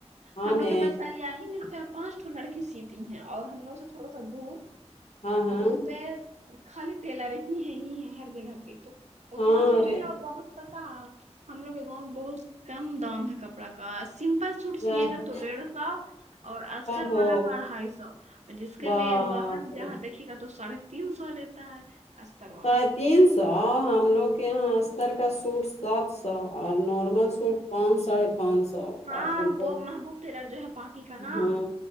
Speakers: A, on the left; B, on the right.
A: ہاں
B: ہم لوگ
A: نے
B: کے پاس ساری ہی میں چار پانچ تو لڑکی سیتی ہیں اور ہم لوگ سے تھوڑا سا دور
A: ہاں ہاں
B: دور پے خالی تیلا رہ ہی ہے ہی ہے ہر جگہ پے تو
A: ہاں
B: اتنا پھر
A: ارے
B: بھی بہت پتہ ہم لوگ کے گاؤں میں بہت کم دام ہے کپڑا کا سمپل سوٹ سیئیگے
A: او
B: تو ڈیڑھ سو اور استر
A: ہو
B: والا کا اڑھائی سو جس کے
A: باپ
B: میں باہر جہاں
A: رے
B: دیکھے گا تو سڑے تین سو لیتا ہے استر والا
A: ساڑھے تین سو ہم لوگ کے یہاں استر کا سوٹ سات سو اور نارمل سوٹ پانچ ساڑھے پانچ سو
B: ہاں
A: تم کو
B: وہ محبوب ٹیلر جو ہے پاکی کا نا
A: ہاں